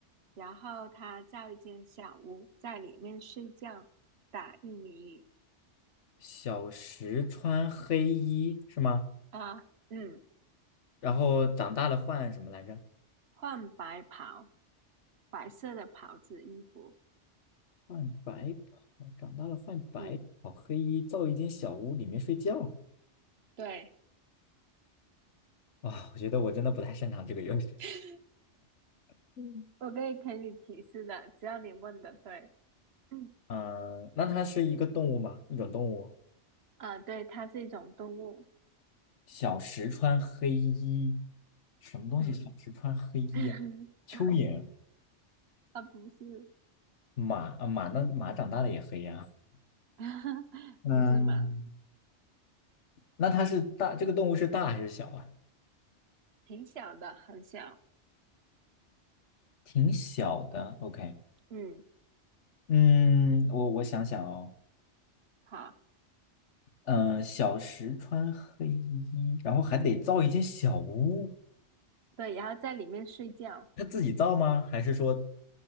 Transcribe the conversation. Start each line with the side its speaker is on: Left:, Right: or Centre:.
Right: 然后他造一间小屋，在里面睡觉，打一米一。
Left: 小时穿黑衣是吗？
Right: 啊，嗯，
Left: 然后长大了换什么来着？
Right: 换白袍，白色的袍子衣服。
Left: 换白袍，长大了换白袍，
Right: 嗯，
Left: 黑衣造一间小屋，里面睡觉。
Right: 对，
Left: 啊、我觉得我真的不太擅长这个游戏
Right: <laughs>
Left: <laughs>。嗯，
Right: 我可以给你提示的，只要你问的对。嗯，
Left: 呃那它是一个动物吗？一种动物？
Right: 啊，对，它是一种动物。
Left: 小时穿黑衣，什么东西？
Right: 嗯，
Left: 小时穿黑衣啊？
Right: <laughs>
Left: 蚯蚓、
Right: 啊，不是，
Left: 马啊，马那马长大了也黑呀、
Right: <laughs>
Left: 嗯，
Right: 不是嘛，
Left: 那它是大，这个动物是大还是小啊？
Right: 挺小的，很小。
Left: 挺小的，OK。
Right: 嗯，
Left: 嗯，我我想想哦，
Right: 好，
Left: 嗯、小时穿黑衣，然后还得造一间小屋，
Right: 对，然后在里面睡觉。
Left: 他自己造吗？还是说，